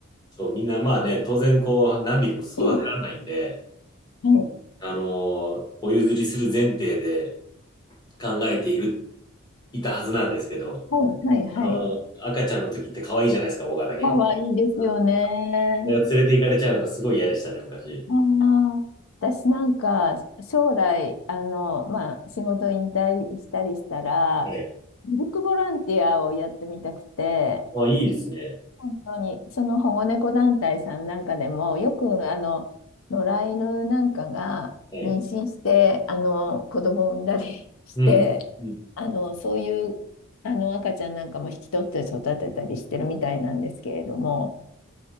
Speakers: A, on the left (about 20°); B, on the left (about 75°).
A: そう、みんなまあね、当然こう、何匹も育てられないんで、
B: うんはい
A: あのーお譲りする前提で考えている、いたはずなんですけど、
B: はいはいはい。
A: あのー赤ちゃんの時って可愛いじゃないですか、大型犬。
B: かわいいですよね。
A: うん。それを連れて行かれちゃうのがすごい嫌でしたね、昔。
B: ああ、私なんか将来、あの、まあ仕事引退したりしたら、
A: はい。
B: ミルクボランティアをやってみたくて、
A: まあ、いいですね。
B: 本当に、その保護猫団体さんなんかでも、よくあの野良犬なんかが妊娠して、
A: はい。
B: あの子供を産んだりして、
A: うん。うん。
B: あのそういうあの赤ちゃんなんかも引き取って育てたりしてるみたいなんですけれども、